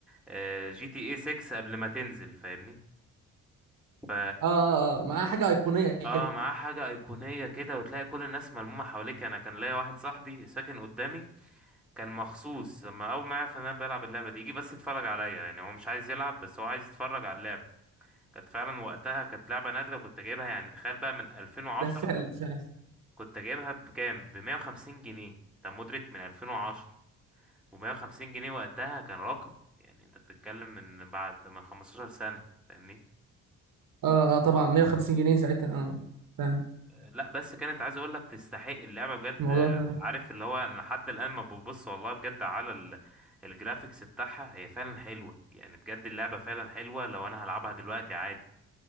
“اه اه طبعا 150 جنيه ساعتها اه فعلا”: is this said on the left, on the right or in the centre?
Right